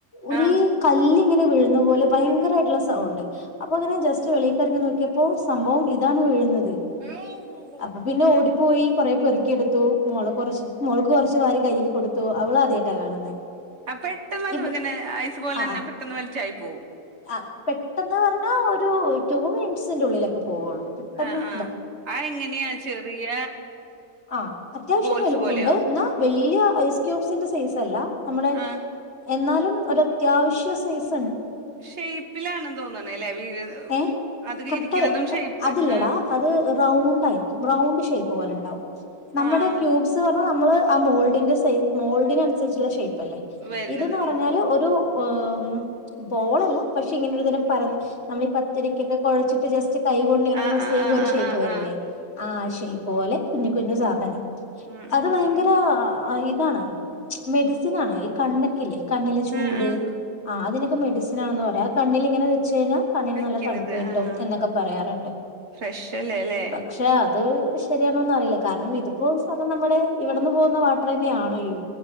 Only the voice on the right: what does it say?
ആഹ്
ആഹ്
പെട്ടെന്ന് അത്
ഇങ്ങനെ ഐസ് പോലെ
തന്നെ
പെട്ടെന്ന് വലിച്ചായി പോവും
ആഹ് ആഹ് ആ എങ്ങനെയാ ചെറിയ
ബോൾസ്
പോലെയോ
ആഹ്
ഷെയ്പ്പിലാണെന്ന് തോന്നണല്ലേ വീഴ
അത്
ഇരിക്കണതും ഷേയ്പ്പ്
ആഹ്
ആഹ്
വരുന്നത്
ഉം
ആഹ്
ആഹ്
ആഹ്
ആഹ്
ആഹ്
ഉം
ഉം
ആഹ് ആഹ്
വെക്കുന്നത്
ആഹ്
ഫ്രഷല്ലേല്ലേ